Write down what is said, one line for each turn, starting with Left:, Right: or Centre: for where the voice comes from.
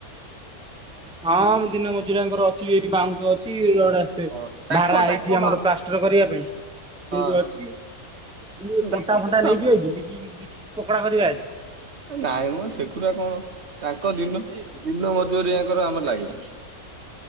Centre: ହଁ ମୁଁ ଦିନ ମଜୁରିଆଙ୍କର ଅଛି ଏଇଠି ବାଉଁଶ ଛି ରଡ ଆସେ
Right: ହଁ ତାଙ୍କ
Centre: ଭାରା
Right: ତାଙ୍କ
Centre: ହେଇଛି ଆମର
Right: ବା
Centre: ପ୍ଲାଷ୍ଟର କରିବା ପାଇଁ ସେ
Right: ହଁ
Centre: ବି ଅଛି ମୁଁ
Right: ତାଙ୍କ
Centre: କଣ୍ଟା ଫଣ୍ଟା ନେଇଯିବେ କି ବିକି ବିକି ପକଡା କରିବା ଆଜି?
Right: ନାଇଁ ମ ସେଗୁରା କଣ ତାଙ୍କ ଦିନ କୁ ଦିନ ମଜୁରିଆଙ୍କର ଆମ ଲାଇ